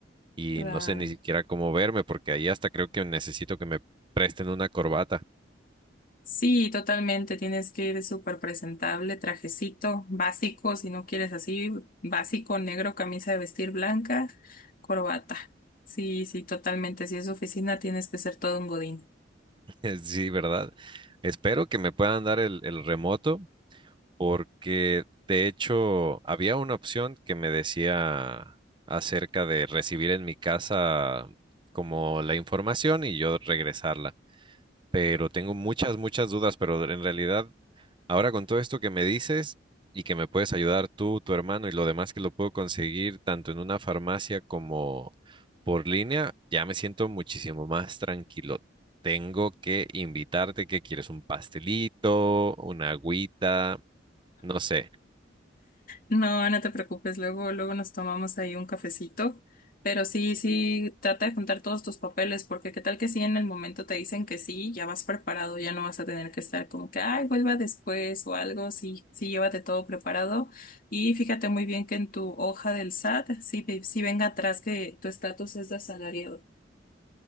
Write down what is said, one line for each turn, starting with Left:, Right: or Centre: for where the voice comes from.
Right: y
Left: claro.
Right: no sé ni siquiera cómo verme, porque ahí hasta creo que necesito que me presten una corbata.
Left: Sí, totalmente. Tienes que ir súper presentable, trajecito básico, si no quieres así, básico, negro, camisa de vestir blanca, corbata. Sí, sí, totalmente. Si es oficina, tienes que ser todo un godín.
Right: <laughs> Sí, ¿verdad? Espero que me puedan dar el, el remoto, porque de hecho había una opción que me decía acerca de recibir en mi casa como la información y yo regresarla. Pero tengo muchas, muchas dudas, pero en realidad Ahora con todo esto que me dices y que me puedes ayudar tú, tu hermano y lo demás que lo puedo conseguir tanto en una farmacia como por línea, ya me siento muchísimo más tranquilo. Tengo que invitarte, que quieres? ¿Un pastelito? ¿Una agüita? No sé.
Left: No, no te preocupes, luego, luego nos tomamos ahí un cafecito, pero sí, sí, trata de juntar todos tus papeles, porque qué tal que sí en el momento te dicen que sí, ya vas preparado, ya no vas a tener que estar como que, ay, vuelva después o algo, sí, sí, llévate todo preparado y fíjate muy bien que en tu hoja del SAT, sí, ve- sí venga atrás que tu estatus es de asalariado.